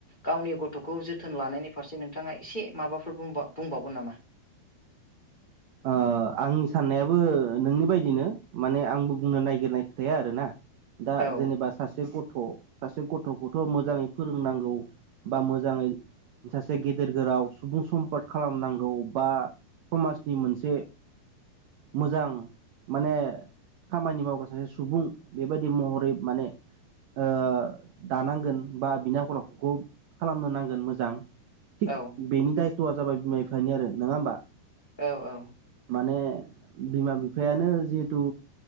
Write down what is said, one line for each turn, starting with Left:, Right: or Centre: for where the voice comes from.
Left: गावनि गथ' गथ'खौ जोथोन लानायनि फारसे नोंथाङा एसे माबाफोर बुंबा बुंबावगोन नामा?
Right: ओ आंनि साननायाबो नोंनि बायदिनो माने आंबो बुंनो नायगिरनाय खोथाया आरोना। दा
Left: औ
Right: जेनेबा सासे गथ गथ' सासे गथ'खौथ' मोजाङै फोरोंनांगौ बा मोजाङै सासे गेदेर गोराव सुबुं सम्पद खालामनांगौ बा समाज नि मोनसे मोजां माने खामानि मावग्रा सासे सुबुं बेबायदि महरै माने ओ दानांगोन बा बिनि आखल आखुखौ खालामनो नांगोन मोजां। थिग
Left: औ
Right: बेनि दायथ'आ जाबाय बिमा बिफानि आरो नङा होमबा?
Left: औ औ।
Right: माने बिमा बिफायानो जिहेथु